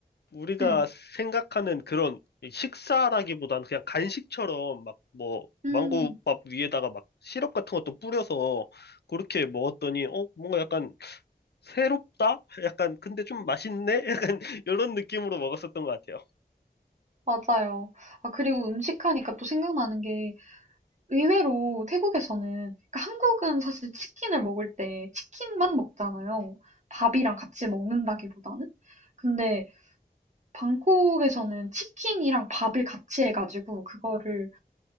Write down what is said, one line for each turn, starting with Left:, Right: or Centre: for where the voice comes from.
Left: 우리가
Right: 네.
Left: 생각하는 그런 식사라기보단 그냥 간식처럼 막 뭐
Right: 음,
Left: 망고밥 위에다가 막 시럽 같은 것도 뿌려서 그렇게 먹었더니 어 뭔가 약간 새롭다? 약간 근데 좀 맛있네? 약간 <laughs> 이런 느낌으로 먹었었던 것 같아요.
Right: 맞아요. 아, 그리고 음식 하니까 또 생각나는 게 의외로 태국에서는 그러니까 한국은 사실 치킨을 먹을 때 치킨만 먹잖아요. 밥이랑 같이 먹는다기보다는. 근데 방콕에서는 치킨이랑 밥을 같이 해가지고 그거를